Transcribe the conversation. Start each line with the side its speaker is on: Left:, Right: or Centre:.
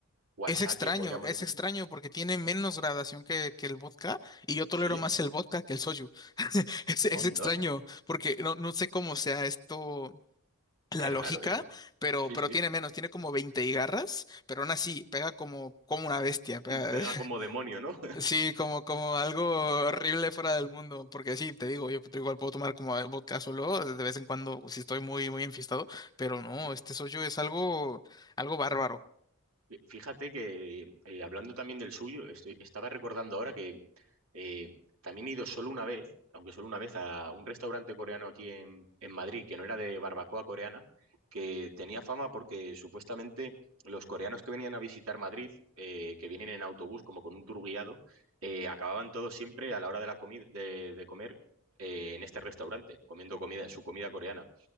Right: o
Left: es
Right: al sake,
Left: extraño,
Right: podríamos
Left: es
Right: decir.
Left: extraño porque tiene menos gradación que, que el vodka y yo tolero
Right: Sí,
Left: más el vodka que el soju. <laughs> Es, es
Right: onda,
Left: extraño porque no, no sé cómo sea esto la
Right: qué
Left: lógica,
Right: raro eso.
Left: pero,
Right: Sí,
Left: pero
Right: sí.
Left: tiene menos, tiene como 20 y garras, pero aún así pega como, como una bestia, pega-
Right: Pega como
Left: <laughs>
Right: demonio, ¿no?
Left: sí, como, como algo horrible fuera del mundo, porque sí, te digo, yo igual puedo tomar como vodka solo de vez en cuando si estoy muy, muy enfiestado, pero no,
Right: <laughs>
Left: este soyo es algo, algo bárbaro.
Right: Fíjate que eh, hablando también del suyo, estoy- estaba recordando ahora que eh, también he ido solo una vez, aunque solo una vez, a un restaurante coreano aquí en, en Madrid, que no era de barbacoa coreana, que tenía fama porque supuestamente los coreanos que venían a visitar Madrid, eh, que vienen en autobús como con un tour guiado, eh, acababan todos siempre a la hora de la comida de, de comer eh, en este restaurante, comiendo comida, su comida coreana.